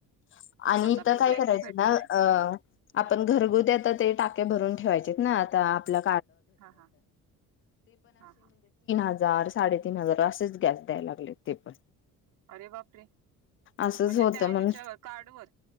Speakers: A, on the left; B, on the right.
A: ह आणि
B: आता
A: इथं
B: आपण
A: काय
B: ब्लॅकने
A: करायच
B: भेटतोय
A: ना अ
B: हम्म
A: आपण घरगुतीता ते टाके भरून ठेवायचेत ना म्ह
B: हा हा हा हा
A: हजार साडेतीीन हजार असेच गॅस द्याय लागले ते पण
B: अरे बापरे म्हणजे
A: असंच होतं
B: त्या
A: म्हणून
B: ह्याच्यावर कार्ड व